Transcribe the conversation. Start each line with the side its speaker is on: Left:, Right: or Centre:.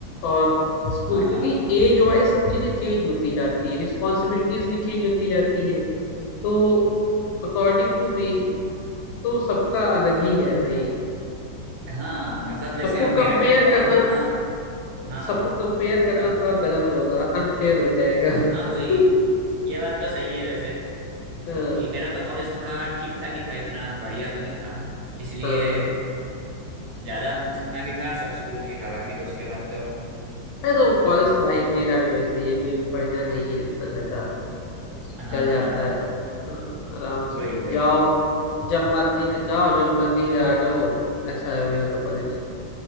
Left: और स्कूल
Right: हाँ
Left: क्योंकि एज वाइज सब चीजें चेंज होती जाती है रिस्पॉन्सिबिलिटीज भी चेंज होती जाती है तो अकॉर्डिंग टू मी तो सबका अलग ही है भाई
Right: हाँ मतलब जैसे
Left: सबको
Right: अब मेरा
Left: कंपेयर
Right: क्या कॉलेज
Left: करना
Right: इतना हाँ
Left: सबको कंपेयर करना
Right: कम
Left: थोड़ा गलत होगा अनफेयर हो जाएगा
Right: हाँ
Left: <laughs>
Right: वही ये बात तो सही है वैसे
Left: हाँ
Right: कि मेरा तो कॉलेज थोड़ा ठीक ठाक ही था इतना बढ़िया तो नहीं था इसलिए
Left: हाँ हाँ।
Right: ज्यादा जितना भी था सब स्कूल में ही था बाकी तो उसके बाद तो
Left: अरे तो कॉलेज
Right: सब
Left: तो भाई मेरा भी वैसे ही है कोई बढ़िया नहीं है इतना ज्यादा बस
Right: हाँ
Left: चल जाता है हाँ, आराम
Right: वही
Left: से
Right: वही
Left: जाओ जब मर्जी है जाओ जब मर्जी है आ जाओ ऐसा है मेरा तो कॉलेज